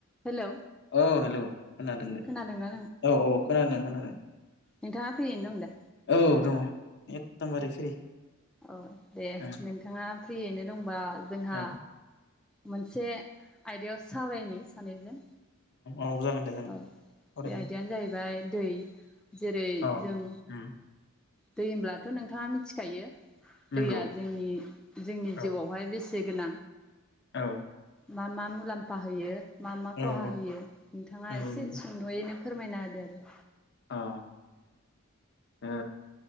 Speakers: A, in the centre; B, on the left (about 50°).
A: Hello
B: औ hello खोनादों दे
A: खोनादोंना
B: औ औ खोनादों खोनादों।
A: नोंथा फ्रियैनो दं दा।
B: औ दङ एकदमबारै फ्रि
A: औ दे
B: औ
A: नोंथाङा फ्रियैनो दंबा जोंहा
B: औ
A: मोनसे आयदायाव सावरायनि सानैजों
B: औ जागोन दे जागोन
A: औ
B: सावराय
A: बे
B: जागोन
A: आयदायानो जाहैबाय दै जेरै
B: औ
A: जों
B: उम
A: दै होनोमब्लाथ नोंथाङा मिथिखायो दैया
B: नंगौ
A: जोंनि
B: औ
A: जिउआवहाय बेसे बसे <unintelligible> गोनां
B: औ
A: मा मा मुलाम्फा होयो मा मा
B: नंगौ
A: खहा होयो नोंथाङा
B: नंगौ
A: एसे सुंदयैनो फोरमायना होदो आरो
B: औ ओ